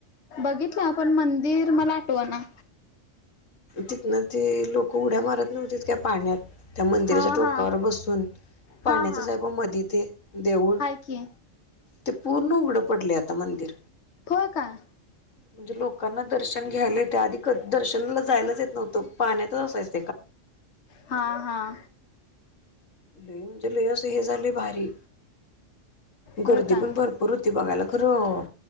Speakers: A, on the left (about 65°); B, on the left (about 80°).
A: बघितलं पण मंदिर मला आठवना.
B: तिथनं ते लोकं उड्या मारत नव्हतीत काय पाण्यात? त्या मंदिराच्या
A: हा
B: टोकावर
A: हा
B: बसून पाण्यातच
A: हा हा
B: आहे मधी ते, देऊळ
A: हाय की.
B: ते पूर्ण उघडं पडलेय आता मंदिर.
A: होय काय
B: म्हणजे लोकांना दर्शन घ्यायला येतंय आधी क दर्शनला जायलाच येत नव्हतं पाण्यातच असायचं.
A: हां हां
B: लई म्हणजे लई असं हे झालंय भारी.
A: होय
B: गर्दी
A: काय
B: पण भरपूर होती बघायला खरं